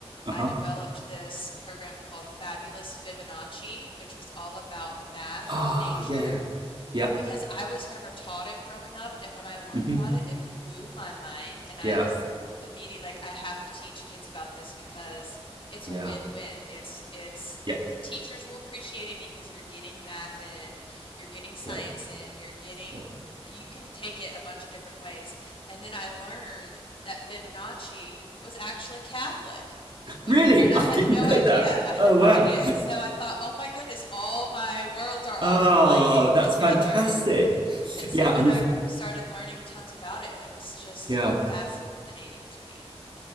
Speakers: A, on the right (about 50°); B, on the left (about 55°).
A: Uh
B: I
A: huh.
B: developed this program called Fabulous Fibonacci, which was all about math
A: Oh,
B: and nature
A: yeah, yeah. Yeah.
B: because I was never taught it growing up, and when I learned
A: Mm-hmm.
B: about it, it blew my mind, and
A: Yeah.
B: I was immediately like, I have to teach kids about this because it's
A: Yeah.
B: a win-win. It's it's
A: Yeah.
B: the teachers will appreciate it because you're getting math in, you're getting science
A: Yeah.
B: in, you're getting
A: Yeah.
B: you can take it a bunch of different ways. And then I learned that Fibonacci was actually Catholic, which,
A: Really?
B: and
A: <laughs> I
B: I had
A: didn't
B: no idea.
A: know that.
B: I had
A: Oh,
B: no
A: wow.
B: idea. And so I thought, oh my goodness, all my worlds are all
A: Oh,
B: colliding
A: that's
B: together.
A: fantastic.
B: And
A: Yeah.
B: so then
A: I mean,
B: I started learning tons about it, and it was just
A: yeah.
B: fascinating to me.